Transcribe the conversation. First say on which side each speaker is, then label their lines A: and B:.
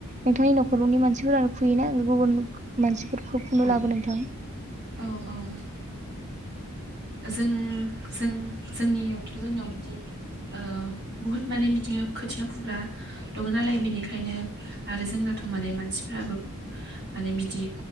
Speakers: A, on the right; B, on the right.
A: नोंथांनि न'खरनि मानसिफोरानो फुयोना गुबुन मानसिफोरखौ फुनो
B: औ
A: लाबो नोंथां?
B: औ औ जों जों जोंनियावथ' जोंनियाव बिदि ओ बुहुद माने बिदिनो खोथिया फुग्रा दङ नालाय बेनि खायनो आरो जोंनाथ' सम माने मानसिफ्राबो माने बिदि